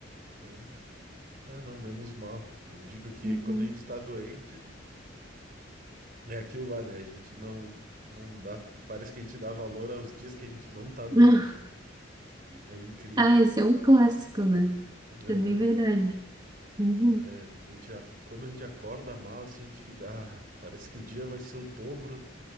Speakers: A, on the right; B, on the right.
A: É. Ah, não, menos mal. Eu digo que
B: Uhum.
A: quando a gente tá doente, é aquilo lá, né? A gente não, não dá. Parece que a gente dá valor aos dias que a gente não tá doente,
B: <laughs>
A: né? É incrível.
B: Ah, esse é um clássico, né? Isso
A: Aham.
B: é bem verdade. Uhum.
A: É, a gente, a- quando a gente acorda mal, assim, a gente fica. Ah, parece que o dia vai ser o dobro